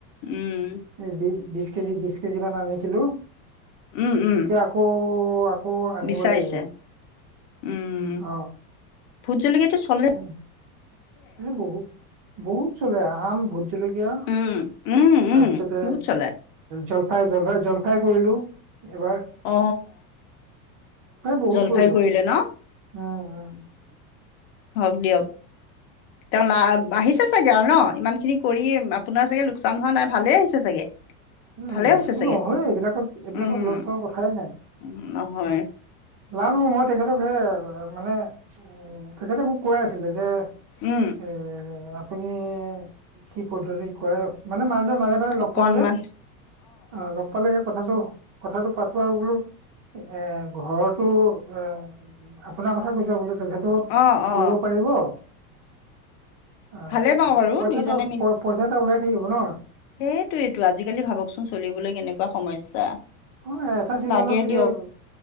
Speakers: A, on the left; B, on the right.
A: উম
B: এই বি বিশ কেজি বিশ কেজি মান আনিছিলোঁ।
A: উম, উম,
B: এতিয়া আকৌ আনিব
A: বিচাৰিছে
B: লাগিব।
A: উম
B: অ
A: ভূটজলকীয়াটো চলে
B: এ এ বহুত বহুত চলে আম ভূত জলকীয়া
A: উম, উম, উম,
B: তাৰপিছতে
A: বহুত চলে।
B: জলফাই জলফাই জলফাই কৰিলোঁ এবাৰ
A: অ
B: বহুত
A: জলফাই
B: কৰিলো
A: কৰিলে ন
B: উম
A: হওঁক দিয়ক
B: <inaudible>
A: তেওঁ লা আহিছে চাগে আৰু ন ইমানখিনি কৰি আপোনাৰ চাগে লোকচান হোৱা নাই ভালেই আহিছে চাগে
B: উ
A: ভালে
B: লছবো
A: হৈছে চাগে?
B: নহয় এইবিলাকত এইবিলাকত
A: উম,
B: লছ হোৱা কথাই নাই
A: উম, নহয়।
B: লভ হব মই তেখেতক সে মানে উ তেখেতে মোক কৈয়ে আছিলে যে
A: উম
B: এ আপুনি কি পদ্ধতিত কৰে মানে মানু্হজন মাজে মাজে মাজে লগ
A: অকনমান
B: পাওঁ যে অ লগ পালেহে কথাটো কথাটো পাতো আৰু বোলো এ ঘৰতো নোৱাই আপোনাৰ কথা কৈছ বোলো তেখেতো
A: অ', অ',
B: কৰিব পাৰিব অ
A: ভালে পাওঁ বাৰু
B: পইচাটা
A: দুইজনে
B: প পইচা এটা ওলাই থাকিব ন
A: সেইটোয়েটো আজিকালি ভাবকচোন চলিবলৈ কেনেকুৱা সমস্যা
B: অ এটা চিজনত
A: লাগে
B: যদি
A: দিয়ক
B: এ